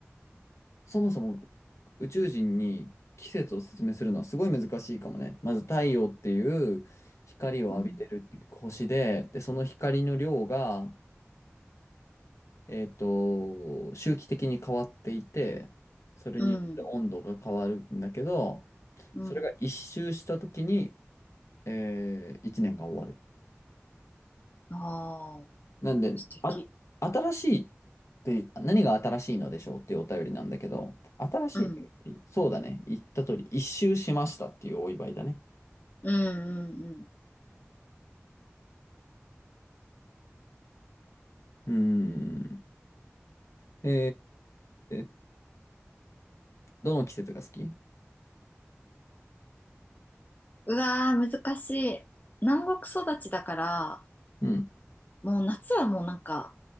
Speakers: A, on the left; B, on the left.
A: そもそも宇宙人に季節を説明するのはすごい難しいかもね。まず太陽っていう光を浴びてる星で、
B: うん、
A: で、その光の量が、えっと、周期的に変わっていて、それによって温度が変わるんだけど、
B: うん、うん、
A: それが一周した時に、
B: うん。
A: えー、一年が終わる。
B: ああ、
A: なんで、
B: 素敵。
A: あ、新しいって何が新しいのでしょうっていうお便りなんだけど、新しいって、
B: うん、
A: そうだね。言った通り、一周しましたっていうお祝いだね。
B: うん、うん、うん。
A: うーん。えー、どの季節が好き
B: うわー、難しい。南国育ちだから、
A: うん、
B: もう夏はもうなんか、